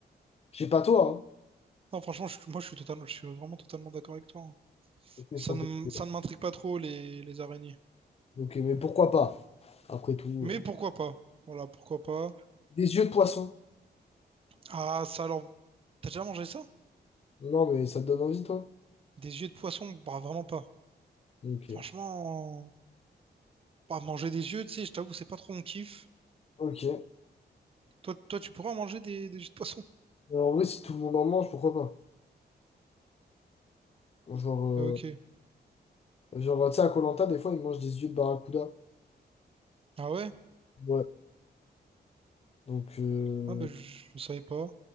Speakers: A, on the left; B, on the right.
A: Je sais pas toi, hein.
B: Non, franchement, je, moi, je suis totalement, je suis vraiment totalement d'accord avec toi. hein.
A: Ok, je
B: Ça
A: pense
B: ne,
A: que-
B: m- ça ne m'intrigue pas trop, les, les araignées.
A: Ok, mais pourquoi pas? Après tout,
B: Mais
A: euh,
B: pourquoi pas? Voilà, pourquoi pas.
A: des yeux de poisson.
B: Ah, ça, alors, t'as déjà mangé ça?
A: Non, mais ça te donne envie, toi?
B: Des yeux de poisson? Bah, vraiment pas.
A: Ok.
B: Franchement. Pas manger des yeux, tu sais, je t'avoue, c'est pas trop mon kiff.
A: Ok.
B: Toi, toi, tu pourrais en manger des, des yeux de poisson?
A: Alors, en vrai, si tout le monde en mange, pourquoi pas? Genre, euh,
B: Ah, ok.
A: genre tu sais, à koh des fois, ils mangent des yeux de barracuda.
B: Ah ouais?
A: Ouais. Donc, euh,
B: Ah bah, je, je savais pas.